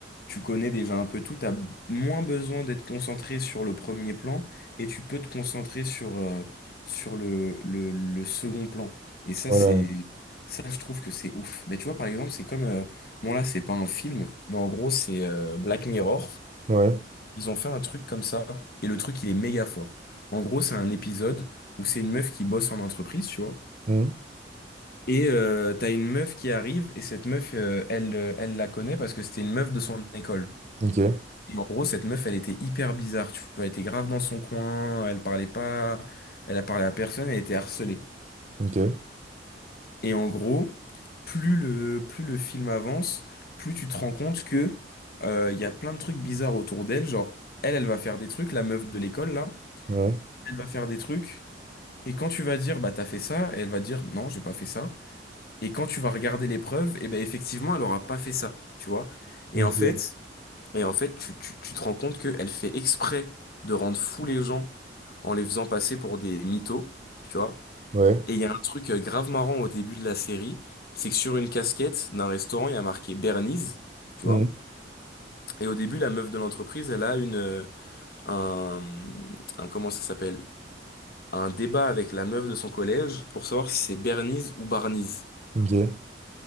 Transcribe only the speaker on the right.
Ouais,
ouais.
Mm.
Ok,
ok,
ouais,
ok,
ouais,
Mm.
ok,